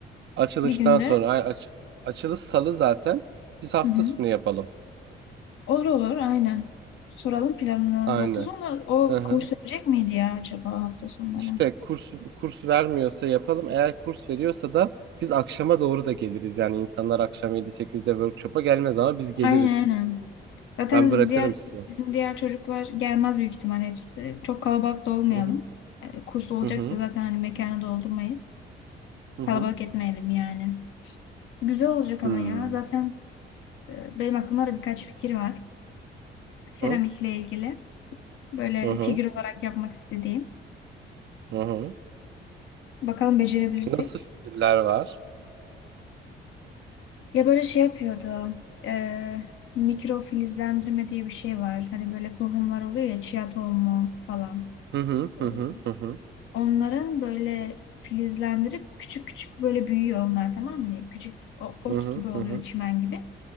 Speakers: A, on the right; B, on the left.
A: Açılıştan
B: bir günde
A: sonra ay, aç, açılış salı zaten. Biz hafta
B: hı hı.
A: sonu yapalım.
B: Olur olur aynen. Soralım planını.
A: Aynen.
B: Hafta sonu o
A: Hı hı.
B: kurs verecek miydi ya acaba hafta sonları?
A: İşte kurs kurs vermiyorsa yapalım. Eğer kurs veriyorsa da biz akşama doğru da geliriz. Yani insanlar akşam 7-8'de workshop'a gelmez ama biz geliriz.
B: Aynen aynen. Zaten
A: Ben bırakırım
B: diğer
A: sizi.
B: bizim diğer çocuklar gelmez büyük ihtimal hepsi. Çok kalabalık da olmayalım.
A: Hı hı.
B: E, kurs olacaksa
A: Hı hı.
B: zaten hani mekanı doldurmayız.
A: Hı hı.
B: Kalabalık etmeyelim yani. Güzel olacak ama
A: Hmm.
B: ya. Zaten e, benim aklımda da birkaç fikir var. Seramikle
A: Hı hı.
B: ilgili. Böyle
A: Hı
B: figür olarak yapmak istediğim.
A: hı. hı.
B: Bakalım becerebilirsek.
A: Nasıl fikirler var?
B: Ya böyle şey yapıyordu. E, mikrofilizlendirme diye bir şey var. Hani böyle tohumlar oluyor ya chia tohumu falan.
A: Hı hı.
B: E,
A: Hı hı. Hı hı.
B: Onların böyle filizlendirip küçük küçük böyle büyüyor onlar tamam mı? Küçük o- ot
A: Hı
B: gibi oluyor,
A: hı.
B: çimen gibi.